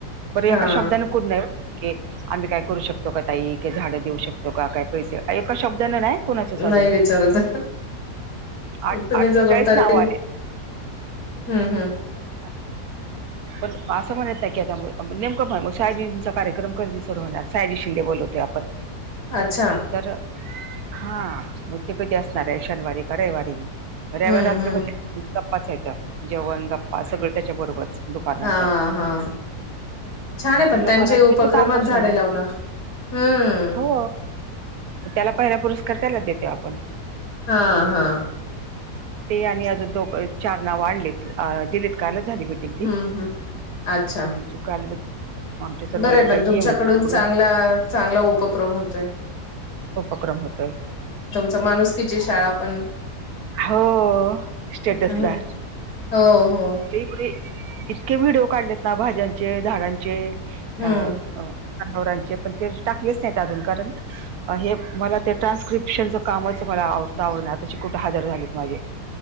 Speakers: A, on the right; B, on the left.
A: बरं एका
B: हां
A: शब्दाने <unintelligible> आम्ही काय करू शकतो का ताई? के झाड देऊ शकतो काय पैसे एका शब्दानें नाय कोणाचेच अजून
B: नाही विचारत
A: आ
B: तुम्ही
A: आठ्ठेचाळीस
B: जबाबदारी
A: नाव आलेत.
B: हम्म हम्म.
A: <inaudible> पण असं म्हणत नाही की आता म नेमकं मग शायाजींचा कार्यक्रम कधी सर होणार शायजी शिंदे बोलवते आ पण
B: अच्छा
A: तर हा मग ते कधी असणार आहे शनिवारी का रविवारी? रविवार
B: हम्म
A: रात्री
B: हम्म
A: <inaudible> गप्पाचं आहेत त्या जेवण गप्पा सगळं त्याच्या बरोबरच. दुपारनंतर,
B: हां हां छान आहे पण
A: ते लोकांना
B: त्यांचे उपक्रमात
A: तेथेच आकर्षण
B: झाडे
A: आहे.
B: लावण्यावर हम्म
A: हो त्याला पहिला पुरस्कार त्यालाच देतो आपण.
B: हा हा.
A: ते आणि अज दोघं चार नावं आणलेत आ दिलेत कालं झाली भेट. तील ती
B: हम्म हम्म अच्छा
A: हम्म सकाल भे आमचे सर
B: बरं
A: बोलले
B: आहे पण
A: काही
B: तुमच्याकडून
A: ये म तर तू तिकडून
B: चांगला चांगला उपक्रम होतोय.
A: उपक्रम होतय
B: त माणूसकीची शाळा पण
A: हो स्टेटस
B: हं.
A: ला
B: हो हो
A: पूर्वी इतके व्हिडिओ काढलेत ना भाज्यांचे झाडांचे
B: हम्म
A: अ अ नवरांचे पण ते टाकलेच नाहीत अजून कारण अ हे मला ते ट्रान्स्क्रिप्शनचं कामचं मला आवडतं आवडणार त्याची कुठ दहा हजार झालेत माझे.